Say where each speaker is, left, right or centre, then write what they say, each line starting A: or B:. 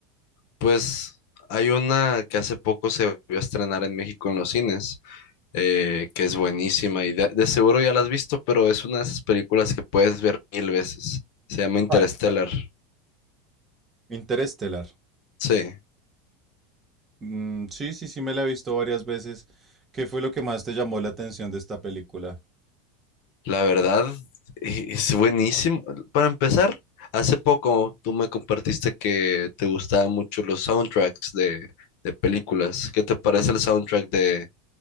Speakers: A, on the left (about 65°); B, on the right (about 20°).
A: Pues hay una que hace poco se vio a estrenar en México en los cines, eh, que es buenísima y de, de seguro ya la has visto, pero es una de esas películas que puedes ver mil veces. Se llama Interstellar.
B: ¿Cuál, cuál? Interestelar.
A: Sí,
B: Mm, sí, sí, sí, me la he visto varias veces. ¿Qué fue lo que más te llamó la atención de esta película?
A: la verdad e- es buenísimo. Para empezar, hace poco tú me compartiste que te gustaban mucho los soundtracks de, de películas. ¿Qué te parece el soundtrack de,